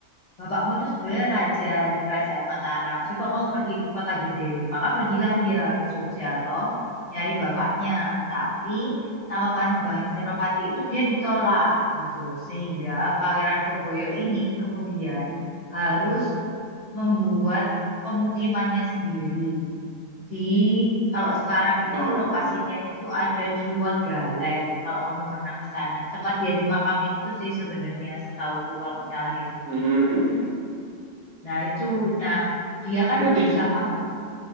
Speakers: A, on the left; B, on the right.
A: bapakmu tuh sebenarnya raja di kerajaan Mataram. Coba kamu pergi ke kota gede, maka pergilah dia ke Jogja toh nyari bapaknya. Tapi sama Panembahan Senopati itu dia ditolak gitu, sehingga Pangeran Purboyo ini kemudian harus membuat pemukimannya sendiri di kalau sekarang itu
B: Oh,
A: lokasinya itu ada di Wat Galeh. Kalau kamu pernah ke sana, tempat dia dimakamin itu sih sebenarnya setauku kalau nggak salah ya.
B: hmm. hmm, hmm, hmm.
A: Nah itu, nah dia kan
B: Berarti
A: berusaha un-